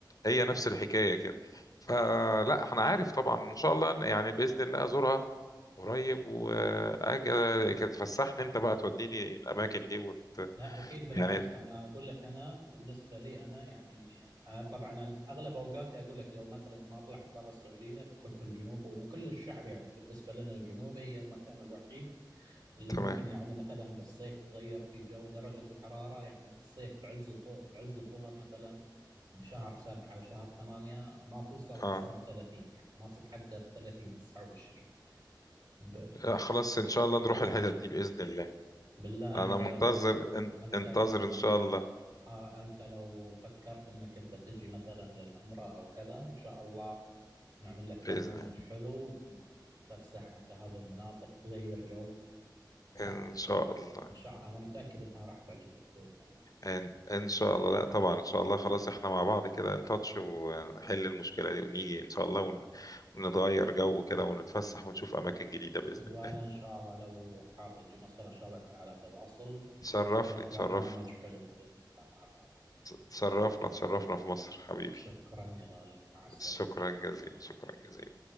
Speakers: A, on the left; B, on the right.
A: هي نفس
B: صحيح
A: الحكايه فلا انا عارف طبعا وان شاء الله يعني باذن الله ازورها قريب واجي كده تفسحني انت بقى توديني الاماكن دي وت...
B: لا اكيد بالعكس
A: يعني
B: انا اقول لك انا بالنسبه لي انا يعني آه، طبعا أنا اغلب اوقاتي اقول لك لو مثلا ما طلعت برا السعوديه بكون في الجنوب وكل الشعب يعني بالنسبه لنا الجنوب هي المكان الوحيد اللي
A: تمام
B: ممكن يعني مثلا بالصيف تغير في جو درجه الحراره يعني بالصيف بعز الظ- بعز الظهر مثلا بشهر سبعة وشهر ثمانية ما توصل
A: اه
B: أصلا 30 يعني ما تتعدى 30 29 ب...
A: آه، خلاص ان شاء الله نروح الحتت دي باذن الله
B: بالله
A: انا
B: أنت
A: منتظر
B: لو
A: ان...
B: انت
A: انتظر
B: لو
A: ان شاء الله
B: آه أنت لو فكرت أنك أنت تجي مثلا للعمرة أو كذا إن شاء الله نعمل لك برنامج
A: باذن الله
B: حلو تفسح في هذه المناطق تغير جو يعني
A: ان شاء الله
B: إن شاء أنا متأكد أنها راح تعجبك بإذن الله
A: ان ان شاء الله لا طبعا ان شاء الله خلاص احنا مع بعض كده نتاتش ونحل المشكله دي ونيجي ان شاء الله ون... ونتغير جو كده ونتفسح ونشوف اماكن جديده باذن
B: وأنا
A: الله
B: إن شاء الله لو حاب أجي مصر إن شاء الله يكون على تواصل
A: تشرفني
B: نعمل برنامج
A: تشرفني
B: حلو بإذن الله مع بعض
A: اتشرفنا اتشرفنا في مصر حبيبي
B: شكرا يا غالي مع السلامة
A: شكرا جزيلا شكرا جزيلا